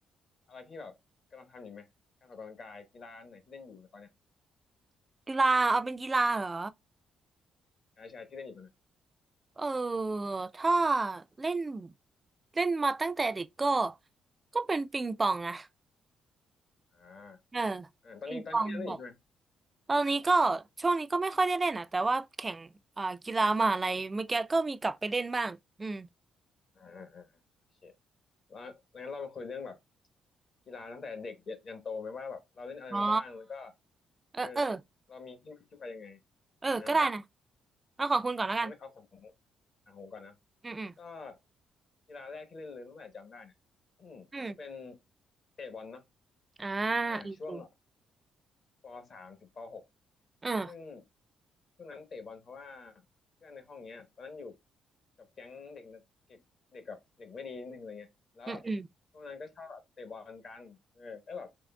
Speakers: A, on the left; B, on the right.
A: อะไรที่แบบกำลังทำอยู่ไหมการออกกำลังกายกีฬาไหนที่เล่นอยู่ตอนเนี้ย
B: กีฬาเอาเป็นกีฬาเหรอ
A: ใช่ใช่ที่เล่นอยู่ตอนเนี้ย
B: เออถ้าเล่นเล่นมาตั้งแต่เด็กก็ก็เป็นปิงปองนะ
A: อ่า
B: เออ
A: อ่าตอนนี้ตอนนี้เล่นอยู่ใช่ไหม
B: ปิงปองแบบตอนนี้ก็ช่วงนี้ก็ไม่ค่อยได้เล่นอ่ะแต่ว่าแข่งอ่ากีฬามหาลัยเมื่อกี้ก็มีกลับไปเล่นบ้างอืม
A: อ่าอ่าอ่าโอเค แล้วงั้นเรามาคุยเรื่องแบบกีฬาตั้งแต่เด็กยันโตไหมว่าแบบเราเล่นอะไรมาบ้างแล้วก็
B: อ๋อเออเออ
A: คือเรามีที่มาที่ไปยังไง
B: เออก็ได้นะ
A: อ่า
B: เอาของคุณก่อนแล้วกัน
A: อ่ะงั้นเอาของอ่างหูก่อนนะ
B: อืมอืม
A: ก็กีฬาแรกที่เล่นเลยตั้งแต่จำได้เนี่ยอืมจะเป็น
B: อืม
A: เตะบอลเนาะ
B: อ่า
A: อ่าช่วง
B: อม
A: ปสามถึงปหก
B: อม
A: ซึ่งช่วงนั้นเตะบอลเพราะว่าเพื่อนในห้องเนี้ยตอนนั้นอยู่กับแก๊งเด็กนักเก็บเด็กกับเด็กไม่ดีนิดนึงอะไรเงี้ยแล้วแบบพวกนั้นก็ชอบแบบเตะบอลกันเออแล้วแบบ
B: อมอืมอืม